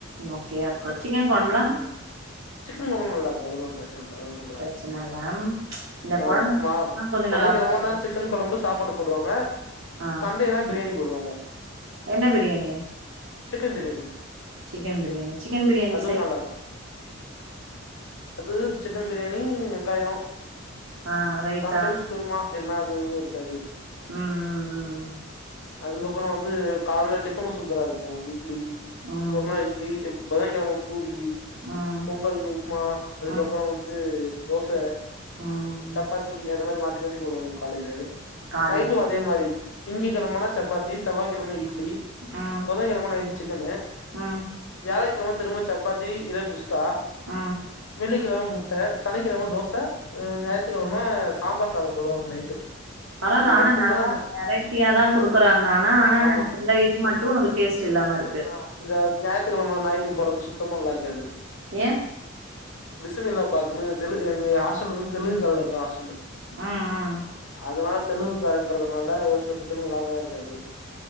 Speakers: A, on the right (about 65°); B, on the left (about 70°).
A: மொக்கையா இருக்கு சிக்கன் கொழம்புலா
B: ம் சிக்கன் கொழம்பு நல்லா இருக்கு அதுல்ல பிரச் ன்ல்ல அது சூப்பரா
A: பிரச்சன
B: இருக்கு
A: இல்ல இந்த
B: ஆ
A: கொழம்புனா
B: மா
A: கொஞ்சோ
B: பொதகிழமனா
A: நல்லாதா இருக்கு
B: சிக்கன் கொழம்பு சாப் ப்பாடு போடுவாங்க
A: ஆ
B: சண்டேனா பிரியாணி போடுவாங் ஆ
A: என்ன biryani
B: chicken biryani
A: chicken biryani chicken biryani
B: அதுவு
A: சை
B: நல்லா இருக்கு அது சிக்கன் பிரியாணி வெங்காயோ
A: ஆ ரைத்தா
B: சம்டைம்ஸ் குர்மா எல்லா அதுவு இருக்காது
A: ம் ம் ம்
B: அதுக்கப்பொரோ வந்து காலல டிஃபனும் சூப்பரா இருக்கோ இட்லி
A: ம்
B: ஒருநா இட்லி இப் புதங்கிழம பூரி
A: ம் ம்
B: பொங்கல் உப்மா அதுக்கப்பறோந்து
A: ம் ம்
B: தோச
A: ம்
B: சப்பாத்தி அது மாரி மாத் த்திமாத்தி போடுவங்க காலையல
A: காலைல
B: நைட்டு அதே மாரி திங்ககிழமன்னா சப்பத்தி செவ்வாய்க்கிழம இட்லி
A: ம்
B: புதங்கிழம நைட்டு சிக்கனு
A: ம்
B: வியாழக்கிழம த்திரும்ம சப்பாத்தி இத குஸ்கா
A: ஆ
B: வெள்ளிக்கிழம முட்ட சனிக்கிழம தோச ம் ஞாயித்துக்கிழம சாம்பார் சாதோ போடுவாங்க நைட்டு
A: பரவால்ல
B: அது
A: ஆனா
B: மட்டுந்தா
A: நல்லா
B: நா
A: வெரைட்டியாதா குடுக்குறாங்க ஆனா ஆனா
B: ஆமா
A: இந்த சில இது மட்டும் அது டேஸ்ட்டில்லாம இருக்
B: ஆ இந்த ஞாயித்துக்கிழம நைட் விட்டு போறது சுத்தமா நல்லாருக்காது
A: ஏ
B: பிஸிபேளாபாத்துன்னு தெலுங் எங்க ஹாஸ்டல் வந்து தெலுங்கு காரங்கவோட ஹாஸ்டலு
A: ம் ம்
B: அதனால தெலுகுக்காரன்றதுனால ஒரு சில ஃபுட்டுலா நல்லா தா இருக்காது